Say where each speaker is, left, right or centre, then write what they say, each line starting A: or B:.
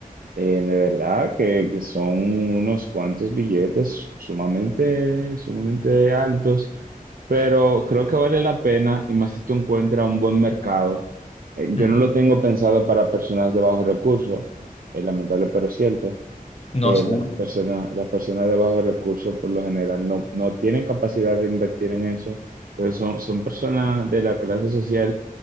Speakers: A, on the right; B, on the left.
A: eh, de verdad que, que son unos cuantos billetes sumamente, sumamente altos, pero creo que vale la pena y más si tú encuentras un buen mercado. Eh, yo
B: mm,
A: no lo tengo pensado para personas de bajos recursos, es lamentable pero cierto
B: no,
A: eh,
B: seguro.
A: las personas, las personas de bajos recursos por lo general no, no tienen capacidad de invertir en eso, pero son, son personas de la clase social